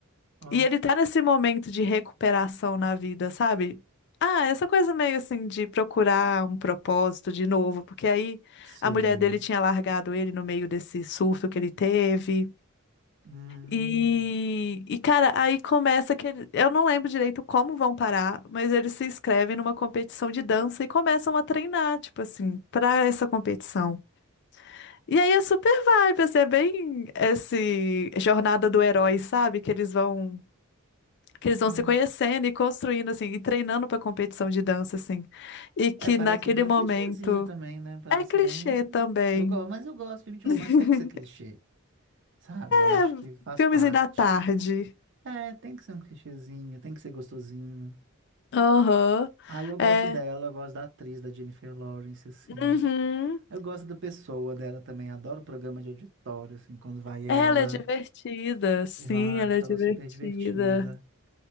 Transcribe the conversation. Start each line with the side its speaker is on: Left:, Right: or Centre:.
Right: Ó,
Left: E ele tá nesse momento de recuperação na vida, sabe? Ah, essa coisa meio assim de procurar um propósito de novo, porque aí
Right: sei.
Left: a mulher dele tinha largado ele no meio desse surto que ele teve.
Right: Hum,
Left: E, e cara, aí começa que ele- eu não lembro direito como vão parar, mas eles se inscrevem numa competição de dança e começam a treinar, tipo assim, pra essa competição. E aí é super vibe, assim, é bem esse jornada do herói, sabe? Que eles vão que eles vão
Right: ó.
Left: se conhecendo e construindo assim e treinando para competição de dança assim. E que
Right: É, parece
Left: naquele
Right: bem
Left: momento
Right: clichêzinho também, né? Parece
Left: é clichê
Right: bem.
Left: também.
Right: Eu gosto, mas eu gosto, filme de
Left: <laughs>
Right: romance tem que ser clichê. Sabe, eu acho
Left: É,
Right: que faz
Left: filmezinho
Right: parte.
Left: da tarde.
Right: É, tem que ser um clichêzinho, tem que ser gostosinho.
Left: Aham.
Right: Aí eu gosto
Left: É.
Right: dela, eu gosto da atriz, da Jennifer Lawrence, assim.
Left: Uhum.
Right: Eu gosto da pessoa dela também, adoro o programa de auditório, assim, quando vai ela.
Left: Ela é divertida, sim,
Right: Eu acho
Left: ela é divertida.
Right: ela super divertida.